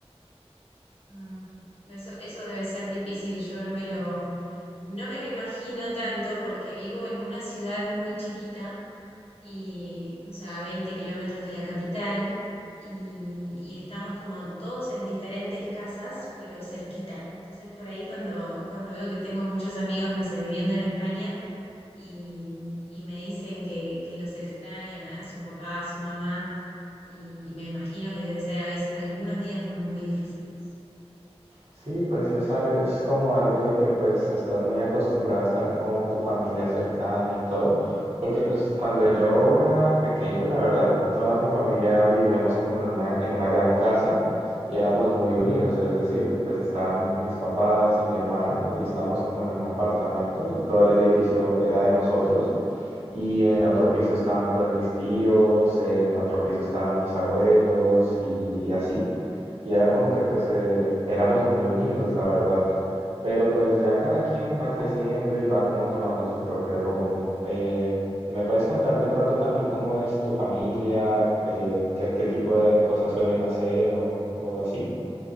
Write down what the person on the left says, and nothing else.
Mm, Eso, eso debe ser difícil, yo no me lo, no me lo imagino tanto porque vivo en una ciudad muy chiquita y, o sea, a 20 kilómetros de la capital y, y estamos como todos en diferentes casas, pero cerquita. Entonces, por ahí cuando, cuando veo que tengo muchos amigos, no sé, viviendo en España, y, y me dicen que, que los extrañan a, a su papá, a su mamá, y me imagino que debe ser a veces algunos días muy difíciles.